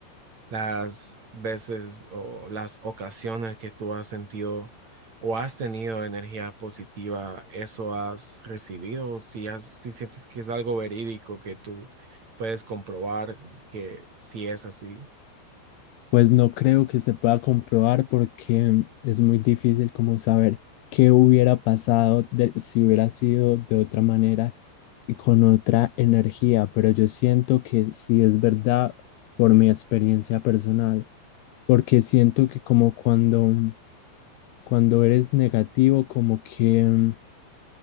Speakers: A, on the right (about 35°); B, on the left (about 85°).
A: las veces o las ocasiones que tú has sentido o has tenido energía positiva, eso has recibido, si has, si sientes que es algo verídico que tú puedes comprobar que si es así.
B: Pues no creo que se pueda comprobar porque es muy difícil como saber qué hubiera pasado de- si hubiera sido de otra manera y con otra energía, pero yo siento que sí es verdad por mi experiencia personal, porque siento que como cuando, cuando eres negativo, como que mm,